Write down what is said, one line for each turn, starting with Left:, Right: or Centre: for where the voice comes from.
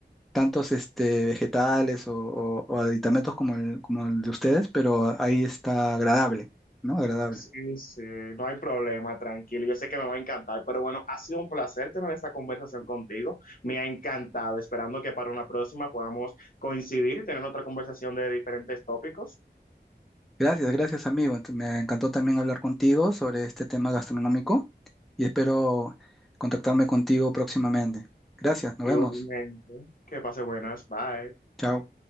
Centre: tantos, este, vegetales o, o- o aditamentos como el, como el de ustedes, pero ahí está agradable, ¿no? Agradable.
Left: Sí, sí, no hay problema, tranquilo. Yo sé que me va a encantar, pero bueno, ha sido un placer tener esta conversación contigo. Me ha encantado, esperando que para una próxima podamos coincidir y tener otra conversación de diferentes tópicos.
Centre: Gracias, gracias, amigo. Ent- Me encantó también hablar contigo sobre este tema gastronómico y espero contactarme contigo próximamente. Gracias, nos
Left: Igualmente,
Centre: vemos.
Left: que pase buenas, bye.
Centre: Chao.